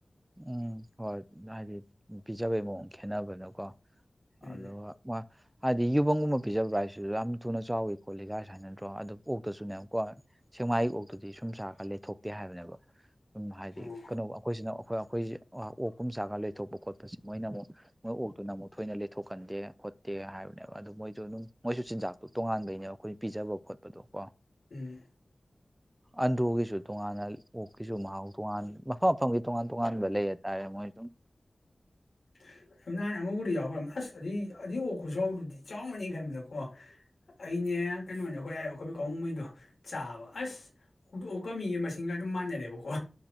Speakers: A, on the right; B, on the left.
A: ꯎꯝ ꯍꯣꯏ ꯍꯥꯏꯗꯤ ꯄꯤꯖꯕꯩ ꯃꯑꯣꯡ ꯈꯦꯠꯅꯕꯗꯣꯀꯣ
B: ꯎꯝ
A: ꯑꯗꯨꯒ ꯍꯥꯏꯗꯤ ꯌꯨꯄꯪꯒꯨꯝꯕ ꯄꯤꯖꯕ ꯍꯥꯏꯁꯤꯁꯨ ꯌꯥꯝ ꯊꯨꯅ ꯆꯥꯎꯋꯤ ꯈꯣꯠꯂꯤꯀꯥꯏ ꯁꯨ ꯍꯥꯥꯏꯅ ꯍꯥꯏꯗ꯭ꯔꯣ ꯑꯗꯨ ꯑꯣꯛꯇꯁꯨꯅꯦꯕꯀꯣ ꯁꯦꯛꯃꯥꯏꯒꯤ ꯑꯣꯛꯇꯨꯗꯤ ꯁꯨꯝ ꯆꯥ ꯀꯥꯟꯗ ꯂꯦꯛꯊꯣꯛꯇꯦ ꯍꯥꯏꯕꯅꯦꯕ ꯁꯨꯝ ꯍꯥꯏꯗꯤ
B: ꯑꯣ
A: ꯀꯩꯅꯣ ꯑꯩꯈꯣꯏꯁꯤꯅ ꯑꯩꯈꯣꯏ ꯑꯩꯈꯣꯏꯁꯤ ꯑꯣꯛꯀꯨꯝ ꯆꯥꯔꯒ ꯂꯦꯛꯊꯣꯛꯄ ꯈꯣꯠꯄ ꯃꯣꯏꯅ ꯑꯃꯨꯛ ꯃꯣꯏ ꯑꯣꯛꯇꯨꯅ ꯑꯃꯨꯛ ꯊꯣꯏꯅ ꯊꯣꯛꯀꯟꯗꯦ ꯈꯣꯠꯇꯦ ꯍꯥꯏꯕꯅꯦꯕ ꯑꯗꯨ ꯃꯣꯏꯁꯨ ꯑꯗꯨꯝ ꯃꯣꯏꯁꯨ ꯆꯤꯟꯖꯥꯛꯇꯣ ꯇꯣꯉꯥꯟꯕꯩꯅꯦꯕ ꯑꯩꯈꯣꯏꯅ ꯄꯤꯖꯕ ꯈꯣꯠꯄꯗꯣ ꯀꯣ
B: ꯎꯝ
A: ꯑꯟꯗ꯭ꯔꯣꯒꯤꯁꯨ ꯇꯣꯉꯥꯟꯅ ꯑꯣꯛꯀꯤꯁꯨ ꯃꯍꯥꯎ ꯇꯣꯉꯥꯟ ꯃꯐꯝ ꯃꯐꯝꯒꯤ ꯇꯣꯉꯥꯟ ꯇꯣꯉꯥꯟꯕ ꯂꯩ ꯍꯥꯏꯇꯥꯔꯦ ꯃꯣꯏ ꯑꯗꯨꯝ
B: <inaudible> ꯅꯍꯥꯟ ꯑꯃꯨꯕꯨꯗꯤ ꯌꯥꯎꯈ꯭ꯔꯕꯅꯤ ꯑꯁ ꯑꯗꯨ ꯑꯗꯨ ꯑꯣꯛ ꯈꯨꯆꯥꯎꯗꯨꯗꯤ ꯆꯥꯎꯕꯅꯦꯅꯤ ꯈꯟꯕꯗꯀꯣ ꯑꯩꯅꯦ ꯀꯩꯅꯣꯅꯦ ꯑꯩꯈꯣꯏ ꯑꯩꯈꯣꯏ ꯀꯥꯎꯉꯨꯝꯉꯩꯗꯣ ꯆꯥꯕ ꯑꯁ ꯑꯣꯛꯇꯣ ꯑꯣꯛꯀ ꯃꯤꯒꯤ ꯃꯁꯤꯡꯒ ꯑꯗꯨꯝ ꯃꯥꯟꯅꯔꯦꯕꯀꯣ